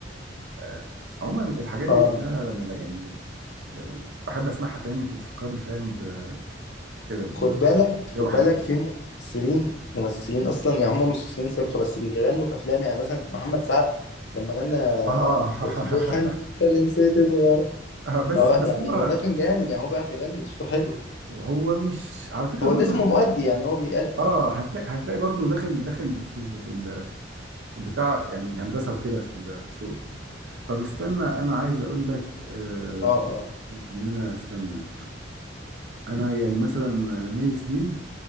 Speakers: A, on the right (about 70°); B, on the left (about 65°).
A: آه عموما الحاجات
B: اه
A: دي كلها لما لا- يعني ب- يعني بحب اسمعها تاني بتفكرني فاهم ب- كده ب-
B: خد بالك
A: بجو
B: خد
A: حلو
B: بالك في ممثلين ممثلين اصلا يعني هم ممثلين صرف بس بيغنوا في افلام يعني مثلا محمد سعد لما غنى
A: اه
B: في,
A: <laughs>
B: في بوحة انت اللي نسيت الغيار
A: اه بس
B: اه
A: بس
B: يعني
A: هو
B: والله كان جامد يعني هو بيعرف يغني صوته حلو
A: هو مش على فكره
B: هو
A: برضه
B: ده اسمه
A: هتلاقي
B: مؤدي يعني هو بيأدي
A: اه هتلاقي هتلاقي برضه داخل داخل في في ال- في البتاع يعني هندسه وكده في ال- في الصوت طب استنى انا عايز اقول لك آه،
B: اه اه
A: بما اننا استنى انا يعني مثلا مي سليم